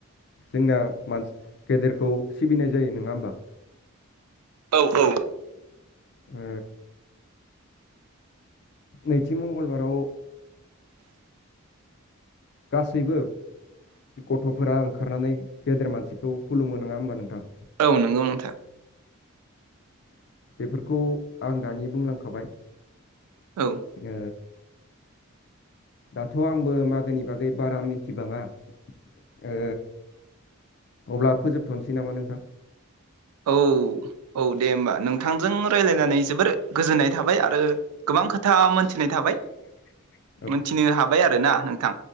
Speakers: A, on the left (about 50°); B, on the right (about 85°).
A: जोंना माने गेदेरखौ सिबिनाय जायो नङा होमबा
B: औ औ
A: ओ नैथि मंगलबाराव गासैबो गथ'फोरा ओंखारनानै गेदेर मानसिखौ खुलुमो नङा होमबा नोंथां
B: औ नंगौ नोंथां
A: बेफोरखौ आं दानि बुंलांखाबाय
B: औ
A: ओ दाथ' आंबो मागोनि बागै बारा मिथिबाङा ओ अब्ला फोजोबथ'नोसै नामा नोंथां
B: औ औ दे होमबा नोंथांजों रायज्लायनानै जोबोर गोजोननाय थाबाय आरो गोबां खोथा मोनथिनाय थाबाय
A: <inaudible>
B: मोनथिनो हाबाय आरोना नोंथां